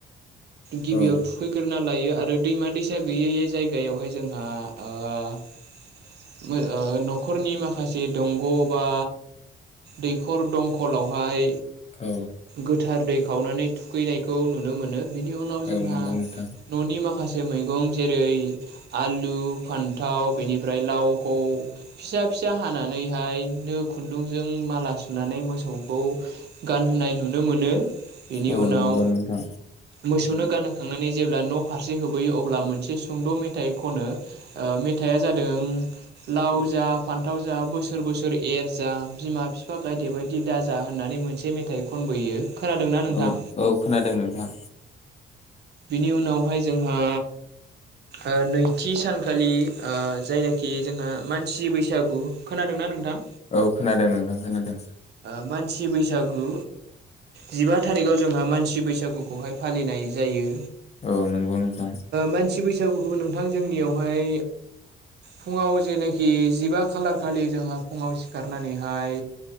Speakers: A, on the right; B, on the left.
A: गिबियाव
B: औ
A: थुखैग्रोना ना लायो आरो दैमा दैसा गैयै जायगायावहाय जोंहा ओ ओ नखरनि माखासे दंग बा दैखर दंखलावहाय
B: औ
A: गोथार दै खावनानै थुखैनायखौ नुनो मोनो बिनि उनाव जोंहा
B: औ नंगौ नोंथां
A: ननि माखासे मैगं जेरै आलु फान्थाव बेनिफ्राय लावखौ फिसा फिसा हानानैहाय बिदिनो खुन्दुंजों माला सुनानै मोसौखौ गानहोनाय नुनो मोनो बेनि
B: औ
A: उनाव
B: नंगौ नोंथां
A: मोसौनो गानहोखांनानै जेब्ला न फारसे होबोयो अब्ला मोनसे सुंद मेथाइ खनो ओ मेथ थाया जादों लाव जा फान्थाव जा बोसोर बोसोर एर जा बिमा बिफा गायदे बायदि दाजा होननानै मोनसे मेथाइ खनबोयो खोनादोंना नोंथां?
B: औ औ खोनादों नोंथां
A: बिनि उनावहाय जोंहा ओ नैथि सानखालि जायनाखि जोंहा मानसि बैसागु खोनादोंना नोंथां
B: औ खोनादों नोंथां खोनादों
A: ओ मानसि बैसागु जिबा थारिखआव जोंहा मानसि बैसागुखौहाय फालिनाय जायो
B: औ नंगौ नोंथां
A: मानसि बैसागुखौ नोंथां जोंनियावहाय फुङाव जेनाखि जिबा खालार खालि जोंहा फुङाव सिखारनानैहाय